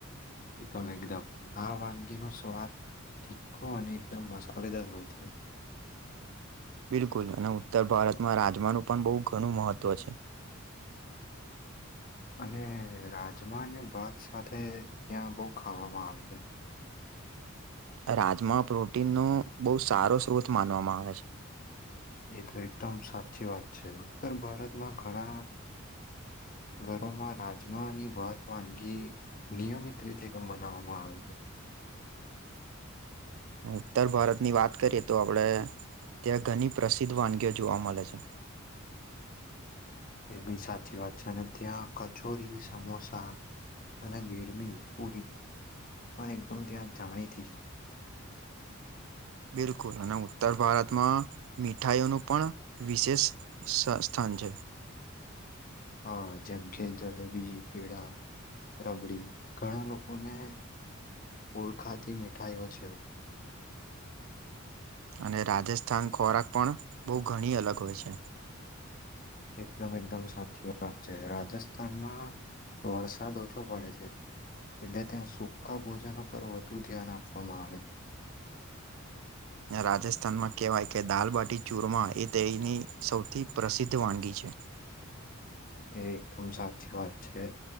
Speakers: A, on the left; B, on the right.
A: એકદમ એકદમ આ વાનગી નો સ્વાદ તીખો અને એકદમ મશાલદાર હોય છે.
B: બિલકુલ અને ઉત્તર ભારતમાં રાજમાનું પણ બઉ ઘણું મહત્વ છે. <inaudible>
A: અને રાજમા ને ભાત સાથે ત્યાં બઉ ખાવામાં આવે છે.
B: રાજમા પ્રોટીનનો બઉ સારો સ્ત્રોત માનવામાં આવે છે.
A: એ તો એકદમ સાચી વાત છે ઉત્તર ભારતમાં ઘણા
B: <inaudible>
A: ઘરોમાં રાજમાની ભાત વાનગી નિયમિત રીતે બનાવવામાં આવે છે.
B: ઉત્તર ભારતની વાત કરીએ તો આપડે ત્યાં ઘણી પ્રસિદ્ધ વાનગીઓ જોવા મળે છે.
A: એ બી સાચી વાત છે ને ત્યાં કચોરી સમોસા અને બીડમી પુરી પણ એકદમ ત્યાં જાણીતી
B: બિલકુલ અને ઉત્તર ભારતમાં મીઠાઈઓનું પણ વિશેષ સ્થા અંજ
A: હા જેમ કે જલેબી પેડા રબડી ઘણા લોકોને ઓળખાતી મીઠાઈઓ છે.
B: અને રાજસ્થાન ખોરાક પણ બઉ ઘણી અલગ હોય છે.
A: એકદમ એકદમ સાચી વાત છે, રાજસ્થાનમાં વરસાદ ઓછો પડે છે. એટલે ત્યાં સૂકા ભોજનો પર વધુ ધ્યાન આપવામાં આવે.
B: <inaudible> ને રાજસ્થાનમાં કેવાય કે દાલબાટી ચૂરમા એ તેયની સૌથી પ્રસિદ્ધ વાનગી છે. <inaudible>
A: એ એકદમ સાચી વાત છે.